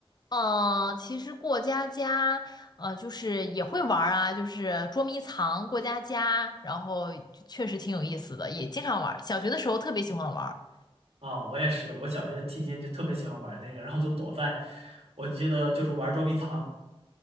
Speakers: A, on the left; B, on the right.
A: 嗯，其实过家家，呃，就是也会玩儿啊，就是捉迷藏、过家家，然后就确实挺有意思的，也经常玩儿小学的时候特别喜欢玩儿
B: 啊，我也是，我小学期间就特别喜欢玩那个，然后就躲在，我记得就是玩捉迷藏，